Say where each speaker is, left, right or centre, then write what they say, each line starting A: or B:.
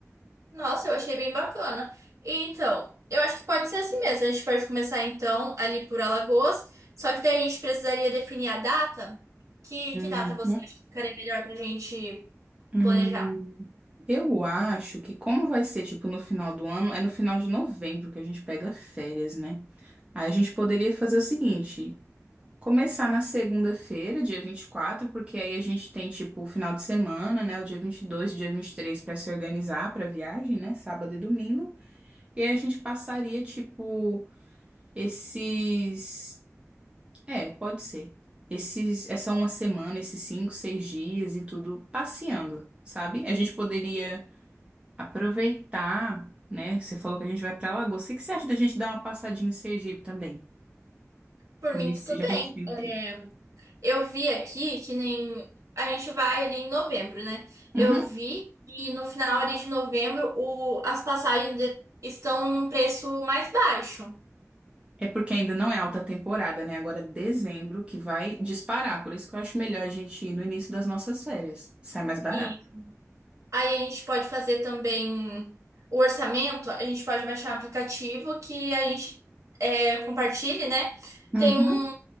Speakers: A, on the right; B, on the right.
A: Nossa, eu achei bem bacana. E, Então, eu acho que pode ser assim mesmo. A gente pode começar então ali por Alagoas, só que daí a gente precisaria definir a data. Que,
B: Uhum.
A: que data você acha que ficaria melhor pra gente
B: Hum,
A: planejar?
B: eu acho que como vai ser, tipo, no final do ano, é no final de novembro que a gente pega férias, né? Aí a gente poderia fazer o seguinte, começar na segunda-feira, dia 24, porque aí a gente tem, tipo, o final de semana, né? O dia 22, o dia 23, para se organizar para viagem, né? Sábado e domingo. E aí a gente passaria, tipo, esses... É, pode ser. Esses, essa uma semana, esses cinco, seis dias e tudo passeando, sabe? A gente poderia aproveitar, né? Você falou que a gente vai pra Alagoas. O que que você acha da gente dar uma passadinha em Sergipe também?
A: Por
B: Nesse,
A: mim, tudo
B: já
A: bem.
B: que a gente tem
A: É,
B: tempo.
A: eu vi aqui que nem a gente vai ali em novembro, né? Eu
B: Uhum.
A: vi que no final ali de novembro o, as passagens de- estão em um preço mais baixo.
B: É porque ainda não é alta temporada, né? Agora é dezembro que vai disparar. Por isso que eu acho melhor a gente ir no início das nossas férias. Sai mais barato.
A: E aí a gente pode fazer também o orçamento, a gente pode baixar um aplicativo que a gente é, compartilhe, né?
B: Uhum.
A: Tem um,